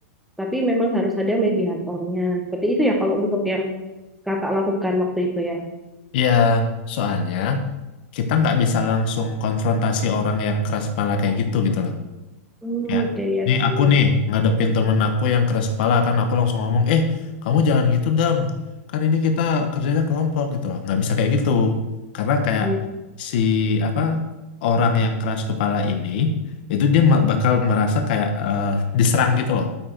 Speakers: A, in the centre; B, on the left.
A: Tapi memang harus ada mediatornya. Seperti itu ya kalau untuk yang kakak lakukan waktu itu ya.
B: Ya, soalnya kita nggak bisa langsung konfrontasi orang yang keras kepala kayak gitu gitu loh.
A: Hmm,
B: Ya,
A: oke ya
B: nih
A: betul.
B: aku nih ngadepin temen aku yang keras kepala kan aku langsung ngomong, eh kamu jangan gitu dong, kan ini kita kerjanya kelompok gitu loh, nggak bisa kayak gitu, karena kayak
A: Gitu.
B: si apa orang yang keras kepala ini itu dia ma- bakal merasa kayak eh, diserang gitu loh,